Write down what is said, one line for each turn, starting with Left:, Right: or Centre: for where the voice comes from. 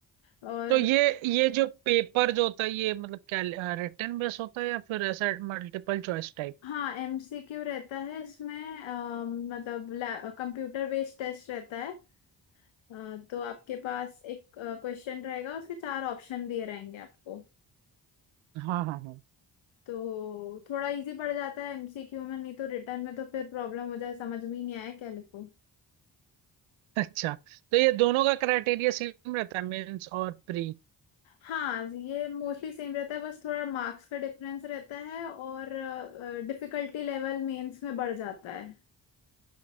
Left: और
Right: तो ये ये जो पेपर जो होता है ये मतलब क्या रिटर्न बेस होता है या फिर ऐसा मल्टीपल चॉइस टाइप
Left: हाँ एमसीक्यू रहता है इसमें अ, मतलब कंप्यूटर बेस्ड टेस्ट रहता है अ, तो आपके पास एक क्वेश्चन रहेगा उसके चार ऑप्शन दिए रहेंगे आपको
Right: हाँ हाँ हाँ
Left: तो थोड़ा इजी पड़ जाता है एमसीक्यू में नहीं तो रिटर्न में तो फिर प्रॉब्लम हो जाए समझ में ही नहीं आया क्या लिखो
Right: अच्छा तो ये दोनों का क्राइटेरिया सेम रहता है मेंस और प्री
Left: हाँ ये मोस्टली सेम रहता है बस थोड़ा मार्क्स का डिफरेंस रहता है और डिफिकल्टी लेवल मेंस में बढ़ जाता है